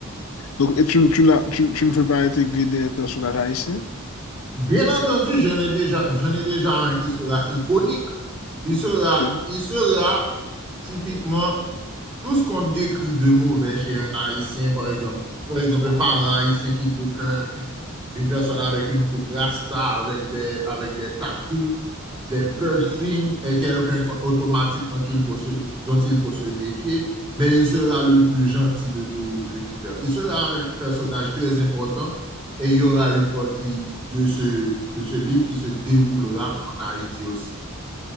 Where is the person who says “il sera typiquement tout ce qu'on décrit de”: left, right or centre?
Right